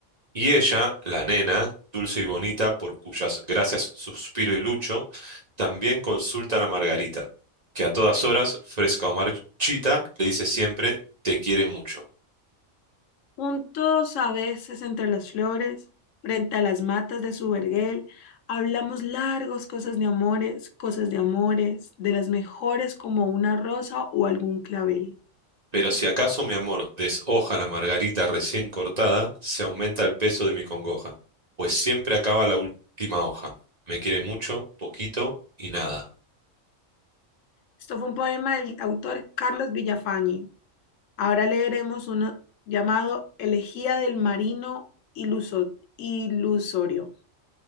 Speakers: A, on the right (about 35°); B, on the left (about 75°).
A: Y ella, la nena, dulce y bonita, por cuyas gracias suspiro y lucho, también consultan a Margarita, que a todas horas, fresca o marchita, le dice siempre, te quiere mucho.
B: Juntos a veces entre las flores, frente a las matas de su vergel, hablamos largos cosas de amores, cosas de amores, de las mejores como una rosa o algún clavel.
A: Pero si acaso, mi amor, deshoja la margarita recién cortada, se aumenta el peso de mi congoja, pues siempre acaba la última hoja. Me quiere mucho, poquito y nada.
B: Esto fue un poema del autor Carlos Villafañe. Ahora leeremos uno llamado Elegía del Marino Iluso- Ilusorio.